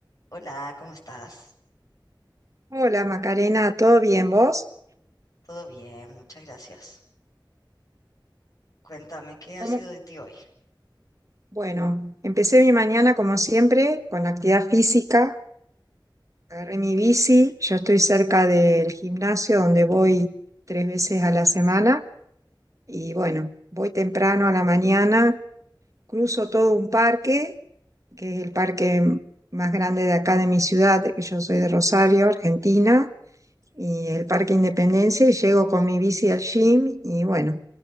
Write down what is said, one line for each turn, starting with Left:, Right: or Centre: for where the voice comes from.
Left: Hola, ¿cómo estás?
Right: Hola Macarena, ¿todo bien vos?
Left: Todo bien, muchas gracias. Cuéntame, ¿qué ha
Right: ¿Cómo?
Left: sido de ti hoy?
Right: Bueno, empecé mi mañana como siempre con actividad física, agarré mi bici, yo estoy cerca del gimnasio donde voy tres veces a la semana y bueno, voy temprano a la mañana, cruzo todo un parque, que es el parque más grande de acá de mi ciudad, que yo soy de Rosario, Argentina, y el Parque Independencia y llego con mi bici al gym y bueno,